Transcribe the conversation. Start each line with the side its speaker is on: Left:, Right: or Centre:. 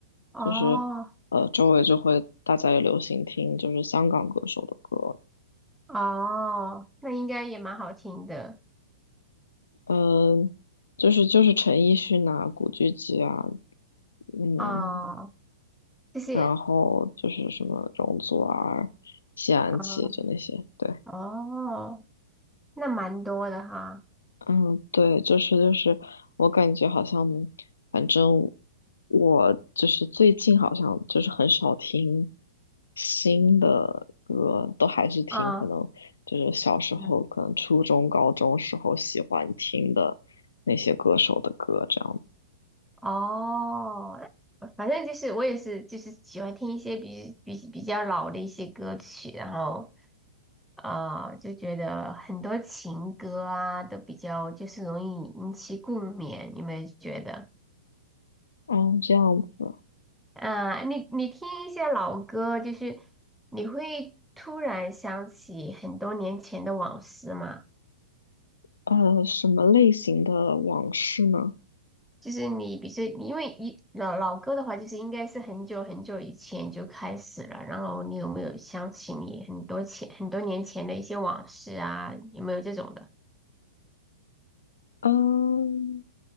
Centre: 哦，
Left: 就是呃周围就会大家也流行听就是香港歌手的歌，
Centre: 哦，那应该也蛮好听的
Left: 嗯、就是就是陈奕迅啊、古巨基啊，嗯，
Centre: 哦，就是
Left: 然后就是什么容祖儿、谢安琪就那些，
Centre: 啊
Left: 对。
Centre: 哦，那蛮多的哈
Left: 嗯，对，就是就是，我感觉好像，反正我就是最近好像就是很少听新的歌，都还是听可能就是小时候，
Centre: 啊嗯
Left: 可能初中、高中时候喜欢听的那些歌手的歌这样子。
Centre: 哦，反正就是我也是就是喜欢听一些比比比较老的一些歌曲，然后啊、呃就觉得很多情歌啊都比较就是容易引起共鸣，你有没有觉得？
Left: 哦，这样子，
Centre: 嗯，你你听一些老歌，就是你会突然想起很多年前的往事嘛？
Left: 呃，什么类型的往事呢？
Centre: 就是你，比如说，因为一老老歌的话，就是应该是很久很久以前就开始了。然后你有没有想起你很多前很多年前的一些往事啊？有没有这种的？
Left: 嗯。